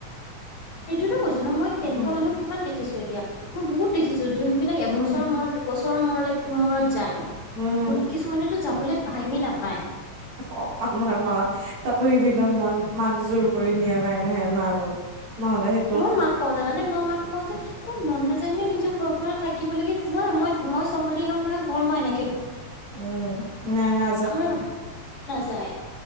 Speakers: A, on the left (about 50°); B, on the right (about 65°).
A: সেইটোৱেতো কৈছোঁ ন' মই, তেনেকুৱা
B: উম
A: মানুহ কিমান দেখিছোঁ এতিয়া। মই বহুত দেখিছোঁ, যোনবিলাক এবছৰৰ
B: উম
A: মূৰত, দুবছৰৰ মূৰলৈ- মূৰত যায়।
B: উম
A: কোন- কিছুমানেতো যাবলৈ টাইমে নাপায়।
B: অ' আমাৰ মা তাকো সেইদিনা মই মাক জোৰ কৰি নিয়াৰ কাৰণেহে মা গ'ল। নহলে সে
A: মইও মাক কওঁ, জানানে? মই মাক কওঁ যে খুব মন নাযায় নে নিজৰ ঘৰখনত থাকিব লাগে। যোৱা, মই- মই চম্ভালি ল'ম নহয়, ঘৰ মই এনে
B: উম, নাই না
A: আমাৰো নাযায়।